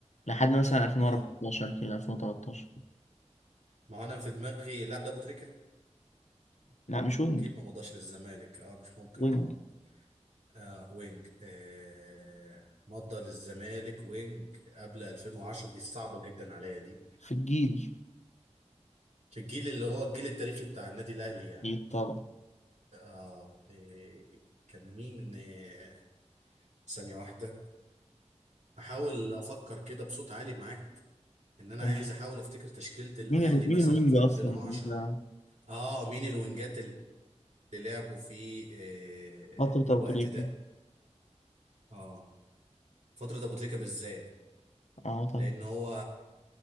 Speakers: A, on the left; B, on the right.
A: لحد مثلا 2014
B: اه
A: كده 2013
B: ما هو انا في دماغي اللاعب ده ابو تريكة
A: لا مش وينج
B: اكيد ما مضاش للزمالك اه مش ممكن
A: وينج
B: طبعا آه وينج آه مضى للزمالك وينج قبل 2010 دي صعبة جدا عليا دي
A: في الجيل
B: في الجيل اللي هو الجيل التاريخي بتاع النادي الأهلي يعني
A: جيل طبعا
B: آه آه، كان مين آه ثانية واحدة أحاول أفكر كده بصوت عالي معاك إن أنا
A: تمام.
B: عايز أحاول أفتكر تشكيلة الأهلي
A: مين ال...
B: مثلا
A: مين الوينج
B: في
A: أصلا
B: 2010
A: أنت
B: آه مين الوينجات اللي لعبوا في آه
A: فترة
B: الوقت
A: أبو تريكة
B: ده آه فترة أبو تريكة بالذات
A: أه طبعا
B: لأن هو